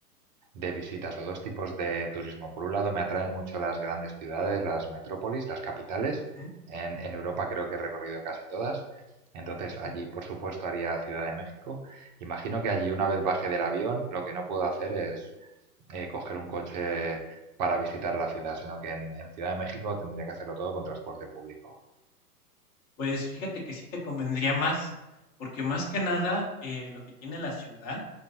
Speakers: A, on the right (about 30°); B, on the left (about 30°).
A: de visitas o dos tipos de turismo. Por un lado, me atraen mucho las grandes ciudades, las metrópolis, las capitales.
B: Ujú,
A: En, en Europa creo que he recorrido casi todas. Entonces,
B: ajá.
A: allí, por supuesto, haría Ciudad de México. Imagino que allí, una vez baje del avión, lo que no puedo hacer es eh, coger un coche para visitar la ciudad, sino que en, en Ciudad de México tendría que hacerlo todo con transporte público.
B: Pues fíjate que sí te convendría más, porque más que nada eh, lo que tiene la ciudad